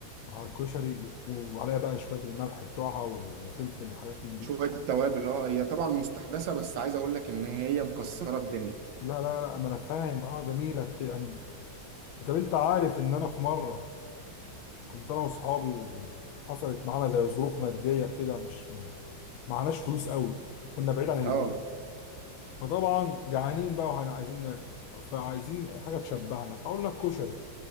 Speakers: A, on the left; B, on the right.
A: مع الكشري وعليها بقى شويه الملح بتوعها وفلفل وحاجات من دي
B: شويه التوابل اه هي طبعا مستحدثه بس عايز اقول لك ان هي مكسره الدنيا
A: لا لا لا ما انا فاهم اه جميله بت... يعني طب انت عارف ان انا في مره كنت انا واصحابي وحصلت معانا زي ظروف ماديه كده مش معناش فلوس قوي كنا بعيد عن البيت
B: اه
A: فطبعا جعانين بقى وهنا عايزين ناكل فعايزين أي حاجه تشبعنا فقلنا الكشري